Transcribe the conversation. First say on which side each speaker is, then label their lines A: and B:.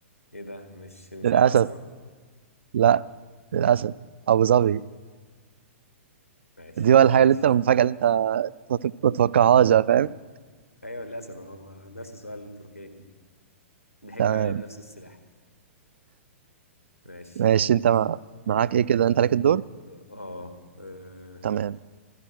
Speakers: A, on the left (about 85°); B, on the right (about 55°).
A: ايه ده مش مش
B: للاسف
A: هي العاصمة
B: لا للاسف ابو ظبي
A: ماشي
B: دي ولا الحاجة
A: ماشي
B: اللي انت المفاجأة اللي انت ما تتوقعهاش بقى، فاهم
A: ايوه للأسف هو نفس سؤال تركيا كده ضحكت
B: تمام
A: عليا بنفس السلاح ماشي
B: ماشي انت مع... معاك ايه كده انت عليك الدور
A: اه آه،
B: تمام